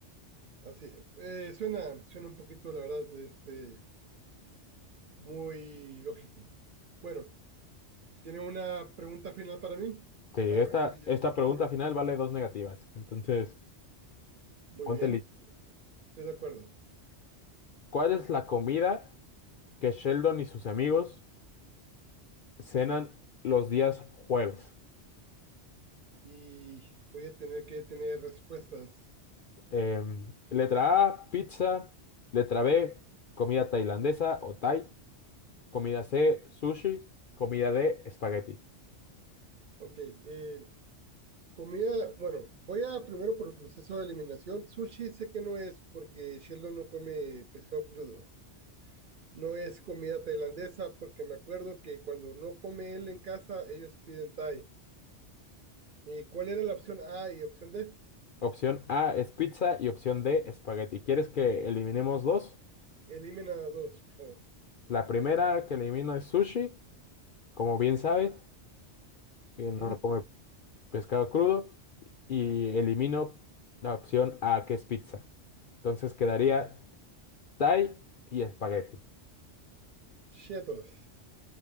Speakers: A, on the right; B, on the left.
A: <laughs> Así, eh, suena, suena un poquito, la verdad, este, muy lógico. Bueno, ¿tiene una pregunta final para mí?
B: Sí, esta,
A: Para ver si me llevo
B: esta
A: el
B: pregunta
A: premio.
B: final vale dos negativas. Entonces,
A: Muy
B: ponte
A: bien,
B: listo.
A: estoy estoy de acuerdo.
B: ¿Cuál es la comida que Sheldon y sus amigos cenan los días jueves?
A: Y voy a tener que tener respuestas.
B: Em, letra A, pizza. Letra B, comida tailandesa o Thai. Comida C, sushi. Comida D, espagueti.
A: Ok, eh, comida, bueno, voy a primero por el proceso de eliminación. Sushi sé que no es porque Sheldon no come pescado crudo. No es comida tailandesa porque me acuerdo que cuando no come él en casa, ellos piden Thai. Eh, ¿cuál era la opción A y opción D?
B: Opción A es pizza y opción D, espagueti. ¿Quieres que eliminemos dos?
A: Elimina dos, por favor.
B: La primera que elimino es sushi, como bien sabes, que
A: Ujú.
B: no come pescado crudo y elimino la opción A, que es pizza. Entonces quedaría Thai y espagueti.
A: Chetos.